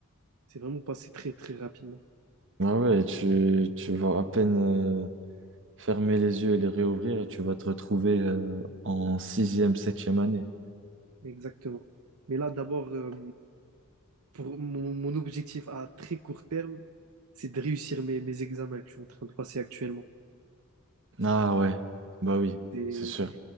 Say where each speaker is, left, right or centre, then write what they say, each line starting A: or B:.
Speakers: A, on the right; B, on the right.
A: c'est vraiment passé très, très rapidement.
B: Ah ouais, tu, tu vas à peine euh, fermer les yeux et les réouvrir et tu vas te retrouver euh, en sixième, septième année.
A: Exactement. Mais là, d'abord, euh, pour mon, mon objectif à très court terme, c'est de réussir mes, mes examens que je suis en train de passer actuellement.
B: Ah ouais, bah oui,
A: Et
B: c'est sûr.